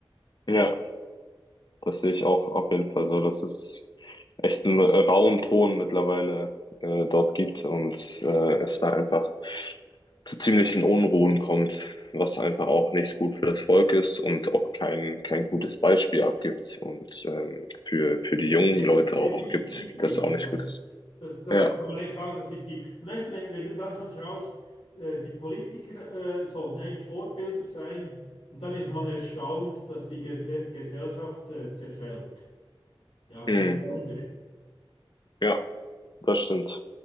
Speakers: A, on the left; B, on the left.
A: ja. Das sehe ich auch auf jeden Fall so, dass es echt einen rauen Ton mittlerweile äh, dort gibt und äh, es da einfach zu ziemlichen Unruhen kommt, was einfach auch nicht gut für das Volk ist und auch kein, kein gutes Beispiel abgibt und ähm, für, für die
B: Defi-
A: jungen Leute
B: Definitiv
A: auch gibt,
B: nicht.
A: das auch nicht
B: Ja?
A: gut ist.
B: Das, das,
A: Ja,
B: da kann man echt sagen, das ist die. Und Weißt du, wenn, wenn du dann schon schaust, äh, die Politiker äh, sollten ja eigentlich Vorbilder sein, und dann ist man erstaunt, dass die Ge Gesellschaft äh, zerfällt. Ja, kein
A: mhm.
B: Wunder.
A: Ja, das stimmt.